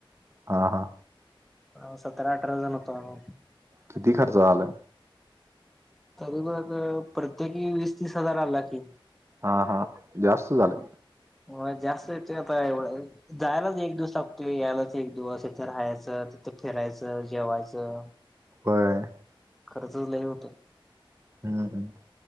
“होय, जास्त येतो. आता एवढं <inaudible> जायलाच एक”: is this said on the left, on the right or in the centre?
Centre